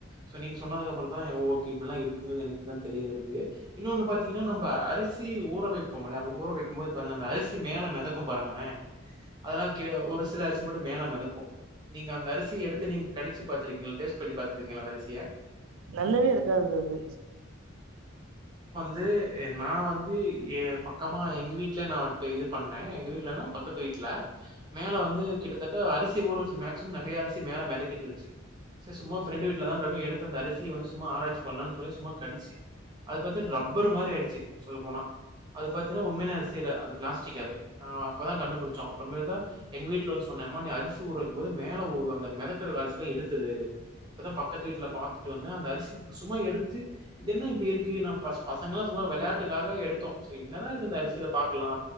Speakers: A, on the right (about 20°); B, on the right (about 75°).
A: சோ நீங்க சொன்னதுக்கு அப்பறதா யோ ஓகே இப்டிலா இருக்கு எனக்கு ப்பதா தெரிய வருது இன்னோனு பாத்தீங்கனா நம்ப அரிசி ஊற வைப்போம்ல ஊற வைக்கும் போது பாருங்க அந்த அ அரிசி மேல மெதக்கு பாருங்களே அதெல்லா கே ஒரு சில அரிசி மட்டும் மேல மெதக்கு. நீங்க அந்த அரிசி எடுத்து நீங் கடிச்சு பாத்திருக்கீங்களா டேஸ்ட் பண்ணி பாத்திருக்கீங்களா அந்த அரிசிய
B: நல்லவே இருக்காது அது
A: து எ நா வந்து ஏ பக்கமா எங்க வீட்ல நா டெ இது பண்ணே எங்க வீட்லனா பக்கத்து வீட் ட்ல மேல வந்து கிட்டத்தட்ட அரிசி ஊற வச்சு மேக்சிமம் நெறைய அரிசி மேல மெதக்கிட்டு இருந்ச்சு. செர் சும்மா ஃப்ரெண்டு வீட்லதா அந்த <unintelligible> எடுத்து தந்த அரிசி வந்து சும்மா ஆராய்ச்சி பண்லானு சொல்லி சும்மா கடிச்சே. அது பாத்தின் ரப்பர் மாரி ஆயிடுச்சு சொல்ல போனா அது பாத்தினா உண்மையான அரிசி இல்ல அது பிளாஸ்டிக் அது அ அப்பதா கண்டுபுடுச்சோ அப்றோமேல்தா எங் வீட்ல வந்து சொன் இனம நீ அரிசி ஊற வைக்கும் போது மேல ஓது அந்த மெதக்குற அரிசிலா எடுத்துரு. இப்பதா பக்கத்து வீட்ல பாத்துட்டு வந்தே அந்த அரிசி சும்மா எடுத்து இது என்ன இப்டி இருக்கு நா பச பசங்கலா சும்மா சோ வெளயாட்டுக்காக எடுத்தோ செரி என்னதா இருக்கு இந்த அரிசில பாக்குலா